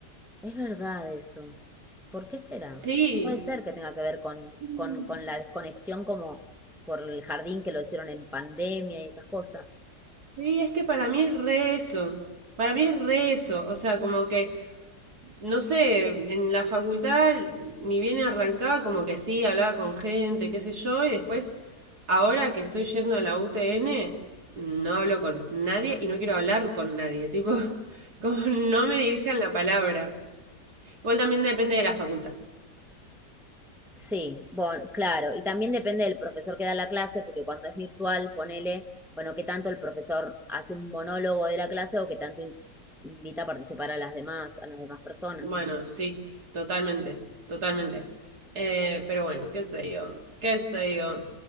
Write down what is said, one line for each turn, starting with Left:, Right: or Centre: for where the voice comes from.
Centre: Es verdad eso. ¿Por qué será?
Right: Sí.
Centre: Puede ser que tenga que ver con,
Right: Mm,
Centre: con, con la desconexión como por el jardín que lo hicieron en pandemia y esas cosas.
Right: Sí, es que para mí es re eso. Para mí es re eso. O sea, como que... No sé, en la facultad ni bien arrancaba como que sí, hablaba con gente, qué sé yo, y después, ahora que estoy yendo a la UTN, no hablo con nadie y no quiero hablar con nadie, tipo, <laughs> como no me dirijan la palabra. Igual también depende de la facultad.
Centre: Sí, bueno, claro, y también depende del profesor que da la clase, porque cuando es virtual, ponele, bueno, qué tanto el profesor hace un monólogo de la clase o qué tanto in- invita a participar a las demás, a las demás personas.
Right: Bueno, sí, totalmente, totalmente. Eh, pero bueno, qué sé yo, qué sé yo.